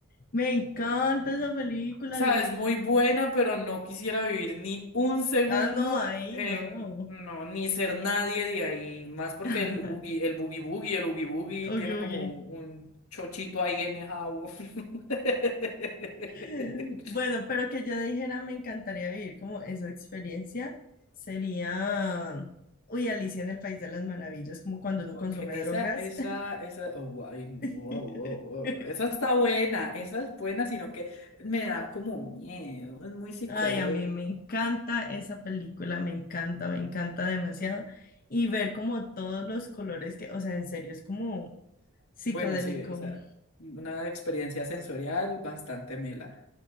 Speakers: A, on the left; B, on the left.
A: Me encanta esa película,
B: O sea,
A: Dios mío.
B: es muy buena, pero no quisiera vivir ni un segundo
A: Ah, no, ahí
B: en...
A: no.
B: No, ni ser nadie de ahí. Más porque
A: <laughs>
B: el, ugi- el Boogie Boogie, el Oogie Boogie
A: Oye,
B: tiene
A: oye.
B: como un, un chochito ahí en el jabo. <laughs>
A: <laughs> Bueno, pero que yo dijera me encantaría vivir como esa experiencia sería, uy, Alicia en el País de las Maravillas, como cuando uno
B: Ok,
A: consume
B: esa,
A: drogas.
B: esa, esa, oh, guay,
A: <laughs>
B: wow, wow, wow. Esa está buena, esa es buena, sino que me da como miedo, es muy psicodélico.
A: Ay, a mí me encanta esa película, me encanta, me encanta demasiado. Y ver como todos los colores que, o sea, en serio, es como psicodélico.
B: Bueno, sí, o sea una experiencia sensorial bastante mela.